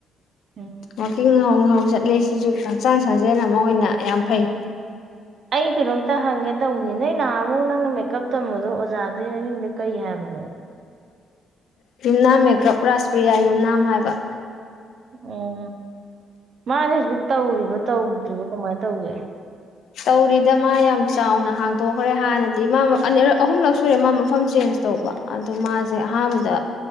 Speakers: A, on the right; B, on the left.
A: ꯎꯝ
B: ꯋꯥꯛꯀꯤꯡ ꯍꯧꯡ ꯍꯧꯡꯅ ꯆꯠꯂꯤ ꯁꯤꯁꯨ ꯍꯛꯆꯥꯡ ꯁꯥꯖꯦꯜ ꯑꯃ ꯑꯣꯏꯅ ꯌꯥꯝ ꯐꯩ
A: ꯑꯩ ꯀꯩꯅꯣꯝꯇ ꯍꯪꯒꯦ ꯇꯧꯕꯅꯤ ꯅꯣꯏ ꯅꯍꯥꯟ ꯑꯃꯨꯛ ꯅꯪꯅ ꯃꯦꯀꯞ ꯇꯝꯕꯗꯣ ꯑꯣꯖꯥꯗꯩ ꯃꯃꯤꯡꯗ ꯀꯩ ꯍꯥꯏꯕꯅꯣ
B: ꯌꯨꯝꯅꯥꯝ ꯃꯦꯀꯞ ꯔꯥꯥꯁꯄ꯭ꯔꯤꯌꯥ ꯌꯨꯝꯅꯥꯝ ꯍꯥꯏꯕ
A: ꯎꯝ ꯃꯥꯅꯦ ꯍꯧꯖꯤꯛ ꯇꯧꯔꯤꯕ꯭ꯔꯥ ꯇꯧꯗ꯭ꯔꯤꯕ ꯀꯃꯥꯏꯅ ꯇꯧꯒꯦ
B: ꯇꯧꯔꯤꯗ ꯃꯥ ꯌꯥꯝ ꯆꯥꯎꯅ ꯍꯥꯡꯇꯣꯛꯈ꯭ꯔꯦ ꯍꯥꯟꯅꯗꯤ ꯃꯥ ꯑꯍꯨꯝꯂꯛ ꯁꯨꯔꯦ ꯃꯥ ꯃꯐꯝ ꯆꯦꯟꯖ ꯇꯧꯕ ꯑꯗꯨꯗꯣ ꯃꯥꯁꯦ ꯑꯍꯥꯟꯕꯗ